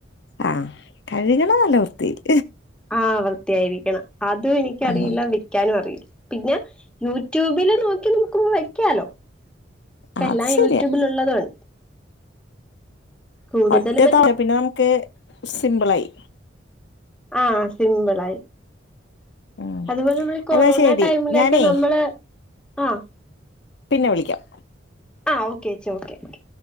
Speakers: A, on the left; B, in the centre.
A: ആഹ് കഴുകണം നല്ല വൃത്തീല്
B: ആഹ് വൃത്തിയായിരിക്കണം അതും എനിക്കറിയില്ല
A: ഉം
B: വിക്കാനും അറിയില്ലാ പിന്നാ യൂട്യൂബില് നോക്കി നമുക്ക് വെക്കാലോ ഇപ്പ
A: അത്
B: എല്ലാം
A: ശരിയാ
B: യൂട്യൂബിൽ ഒള്ളതാണ് കൂടുതലും
A: ഒറ്റ
B: മറ്റേ
A: തവണ പിന്നെ നമ്മക്ക് സിമ്പിളായി
B: ആഹ് സിമ്പിളായി
A: ഉം
B: അതുപോലെ നമ്മൾ ഈ കൊറോണ
A: എന്നാ ശരി
B: ടൈമിലൊക്കെ
A: ഞാനേ
B: നമ്മള് ആഹ്
A: പിന്നെ വിളിക്കാം.
B: ആഹ് ഓക്കേച്ചി ഓക്കെ ഓക്കെ